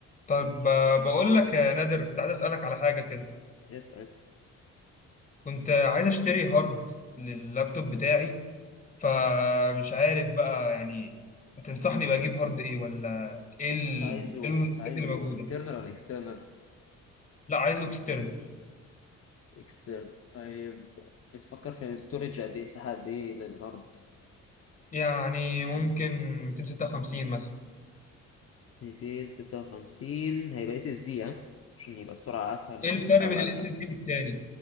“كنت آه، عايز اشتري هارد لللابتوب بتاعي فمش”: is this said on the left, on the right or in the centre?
Left